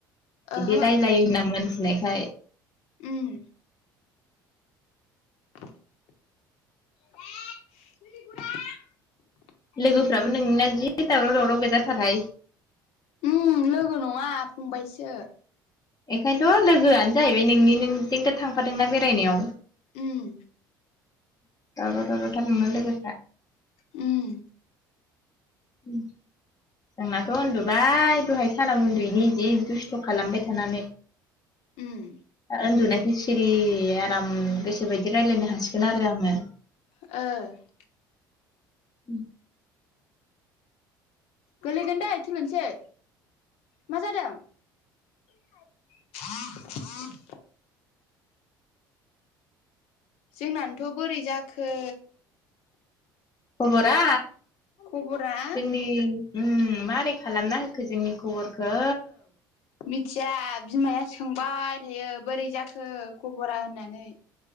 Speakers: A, on the left; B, on the left.
A: <unintelligible>
B: ओहो
A: लायो होनना मिथिनायखाय
B: उम <unintelligible>
A: लोगोफ्राबो नोंना जि दावराव दावराव गैजाथारहाय
B: उम लोगो नङा फंबायसो
A: बेखायनोथ लोगोआनो जाहैबाय नोंनि नोंजोंथ थांफादोंना बेरायनायाव
B: उम
A: दावराव दावराव थार नोना लोगोफ्रा।
B: उम
A: उम जोंनाथ उन्दुबाय दहाय साना उन्दुयैनि जि दुस्थ खालामबाय थानानै
B: उम।
A: उन्दुनायखौ सिरि आराम गोसो बायदि रायजलायनो हासिगोन आरो आङो।
B: ओ।
A: <unintelligible>
B: गोलैगोन दै थलुनुंसै मा जादों <unintelligible> जोंनानोथ बोरै जाखो
A: हबरा
B: खबरा
A: जोंनि उम मारै खालामना होखो जोंनि खबरखौ?
B: मिथिया बिमाया सोंबाय थायो बोरै जाखो खबरा होननानै?